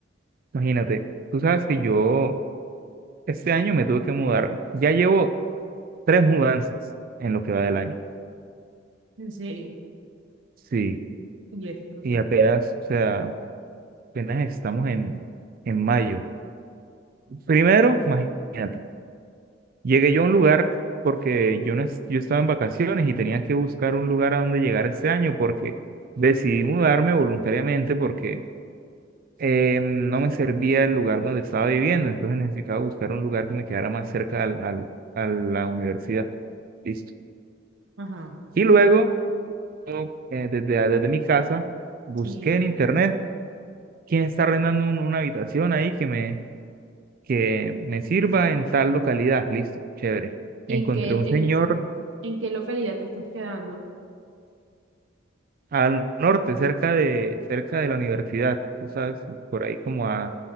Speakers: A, on the right (about 50°); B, on the right (about 70°).
A: imagínate. Tú sabes que yo este año me tuve que mudar. Ya llevo tres mudanzas en lo que va del año.
B: ¿En serio?
A: Sí.
B: ¿Y eso por
A: y
B: qué?
A: apenas, o sea, apenas estamos en, en mayo. Primero, imagínate, llegué yo a un lugar porque yo, no, es- yo estaba en vacaciones y tenía que buscar un lugar a donde llegar este año porque decidí mudarme voluntariamente porque eh, no me servía el lugar donde estaba viviendo, entonces necesitaba buscar un lugar que me quedara más cerca al, al- a la universidad. Listo.
B: Ajá,
A: Y luego, yo, eh, desde, desde mi casa, busqué
B: sí.
A: en internet quién está arrendando un- una habitación ahí que me que me sirva en tal localidad. Listo, chévere. Encontré
B: ¿Y en qué,
A: un
B: en,
A: señor
B: en qué localidad te estás quedando?
A: al norte, cerca de, cerca de la universidad, tú sabes, por ahí como a,